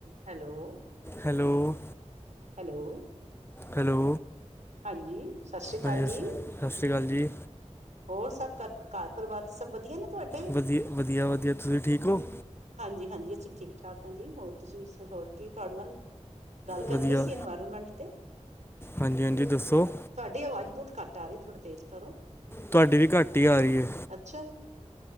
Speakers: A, on the right (about 75°); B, on the left (about 20°).
A: Hello,
B: hello
A: hello.
B: Hello
A: ਹਾਂਜੀ, ਸਾਸ਼ੀ ਕਾਲ
B: ਹਾਂਜੀ
A: ਜੀ।
B: ਸਸ ਸਤਿ ਸ਼੍ਰੀ ਅਕਾਲ ਜੀ
A: ਹੋਰ ਸੱਬ ਘ ਘਾੱਰ ਪਰਵਾਰ ਚ ਸੱਬ ਵਦੀਆ ਨੇ। ਤੁਆਡੇ।
B: ਵਧੀਆ ਵਧੀਆ ਵਧੀਆ ਤੁਸੀਂ ਠੀਕ ਹੋ
A: ਹਾਂਜੀ-ਹਾਂਜੀ ਅਸੀ ਠੀਕ-ਠਾਕ ਹਾਂ ਜੀ ਹੋਰ ਤੁਸੀ ਵੀ ਹੋਰ ਕੀ ਤੁਹਾਡੇ ਨਾਲ ਗਾੱਲ ਕਰਨੀ
B: ਵਧੀਆ
A: ਸੀ ਇਨਵਾਯਰਮੈਂਟ ਤੇ।
B: ਹਾਂਜੀ ਹਾਂਜੀ ਦੱਸੋ
A: ਤੁਹਾਡੀ ਅਵਾਜ ਬੋਤ ਘਾੱਟ ਆ ਰੀ ਏ ਥੋੜਾ ਤੇਜ ਕਰੋ।
B: ਤੁਆਡੀ ਵੀ ਘਾੱਟ ਈ ਆ ਰੀ ਏ।
A: ਅੱਛਾ,